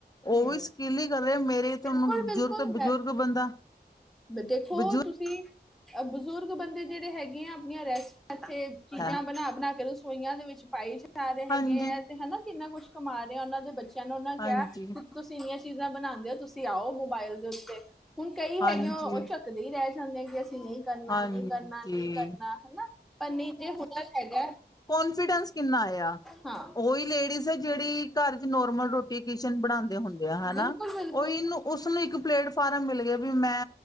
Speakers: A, on the left; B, in the centre.
A: ਓਹੀ
B: ਹੂੰ
A: ਸਕਿੱਲ ਹੀ ਕਰੇ, ਮੇਰੇ ਤੋਂ,
B: ਬਿਲਕੁਲ
A: ਬਜ਼ੁਰਗ-ਬਜ਼ੁਰਗ
B: ਬਿਲਕੁਲ ਮੈਂ
A: ਬੰਦਾ।
B: ਦੇਖੋ,
A: ਬਜ਼ੁਰਗ
B: ਤੁਸੀਂ, ਬਜ਼ੁਰਗ ਬੰਦੇ ਜਿਹੜੇ ਹੈਗੇ ਆ, ਆਪਣੀਆਂ ਰੈਸਟ ਇੱਥੇ ਚੀਜ਼ਾਂ,
A: ਹੈ
B: ਬਣਾ-ਬਣਾ ਕੇ ਰਸੋਈਆਂ ਦੇ ਵਿੱਚ, ਪਾਈ ਜਾ ਰਹੇ ਹੈਗੇ
A: ਹਾਂਜੀ
B: ਹੈ। ਤੇ ਹਨਾ ਕਿੰਨਾ ਕੁਛ ਕਮਾ ਰਿਹਾ ਉਹਨਾਂ ਦੇ ਬੱਚਿਆਂ ਨੂੰ ਉਹਨਾਂ
A: ਹਾਂਜੀ
B: ਕਿਹਾ ਤੁਸੀਂ ਇੰਨੀਆਂ ਚੀਜ਼ਾਂ ਬਣਾਉਦੇ ਓ, ਤੁਸੀਂ ਆਓ ਮੋਬਾਇਲ ਦੇ ਉੱਤੇ। ਹੁਣ ਕਈ
A: ਹਾਂਜੀ
B: ਹੈਗੇ ਆ, ਉਹ ਝੱਕਦੇ ਹੀ ਰਹਿ ਜਾਂਦੇ ਹੈਗੇ, ਅਸੀਂ ਨਈ। ਕਰਨਾ
A: ਹਾਂਜੀ
B: ਨਈਂ ਕਰਨਾ, ਨਈਂ ਕਰਨਾ ਹਨਾਂ? ਪਰ ਨਈਂ ਜੇ ਹੁਨਰ ਹੈਗਾ
A: ਕੋਨਫੀਡੈਂਸ ਕਿੰਨਾ ਆਇਆ
B: ਹਾਂ
A: ਓਹੀ ਲੇਡੀਜ਼ ਤੇ ਜੇੜੀ ਘਰ ਚ ਨੋਰਮਲ ਰੋਟੀ ਕਿਚਨ ਬਣਾਂਦੇ ਹੁੰਦੇ ਆ ਹਨਾਂ
B: ਬਿਲਕੁਲ ਬਿਲਕੁਲ
A: ਓ ਇਨੂੰ ਉਸਨੂੰ ਇੱਕ ਪਲੇਟਫਾਰਮ ਮਿਲ ਗਿਆ ਵੀ ਮੈਂ